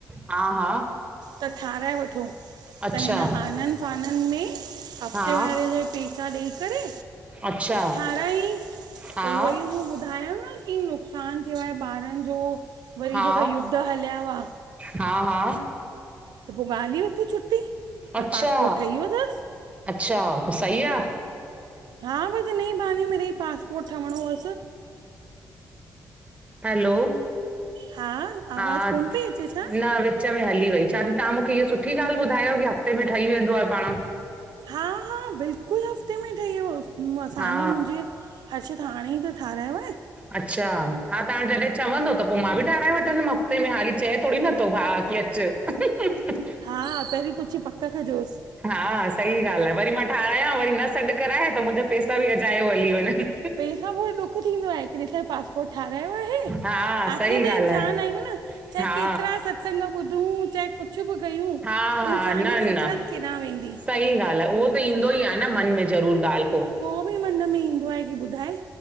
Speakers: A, on the right; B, on the right.
A: हा हा
B: त ठाहराए वठो
A: अच्छा
B: त हिन आनंन फानन में हफ़्ते
A: हा
B: वारे जे पैसा ॾेई करे
A: अच्छा
B: ठहिरायंइं
A: हा
B: पो उह ई मूं ॿुधायांस कि नुक़सान थियो आहे ॿारनि जो वरी
A: हा
B: जेको युद्ध हलिया हुआ
A: हा हा
B: त पो ॻाल इ हुते छुट्टी। पर
A: अच्छा
B: पासपोर्ट ठही वियो थस।
A: अच्छा त सही आहे
B: हा बस हिन ई बहाने मिढइ पासपोर्ट ठहिणो हुअस।
A: हैलो
B: हा
A: हा,
B: आवाज़ु
A: न
B: कोन पई अचे छा
A: वि विच में हली वई, चएती तहां मूंखे इह सुठी ॻाल्हि ॿुधायो कि हफ़्ते में ठही वेंदो आ पाण।
B: हा हा बिल्कुल हफ़्ते में ठही वियोसि असांजे-
A: हा
B: मुंहिंजे हर्षत हाणे ई त ठारायो आहे।
A: अच्छा, हा त हाणे जॾहिं चवंदो त पो मां बि ठाराय वठंदमि हफ़्ते में, हाली चए थोड़ी नथो भाउ कि अच। च <unintelligible>
B: हा, पहिरीं पुछी पक कजोस।
A: हा सही ॻाल्हि आहे, वरी मां ठारांया, वरी न सॾु कराए त मुंहिंजा पैसा बि अजायो हली वञंन।
B: इ सभु <inaudible> दुख थींदो आहे कि डिस पासपोर्ट ठारायो आहे,
A: हा
B: आख़िर
A: सही
B: त
A: ॻाल्हि
B: इंसान
A: आहे
B: आहियूं न। चाहे
A: हा
B: केतिरा सत्संग ॿुधूं, चाहे कुझ ब कयूं
A: हा हा
B: इंसानी
A: न
B: फितरत
A: न
B: केॾांहुं वेंदी
A: सही ॻाल्हि आ, उहो त ईंदो ई आहे न मन में ज़रूर ॻाल्हि पो।
B: पो बि मन में ईंदो आहे कि ॿुधाए!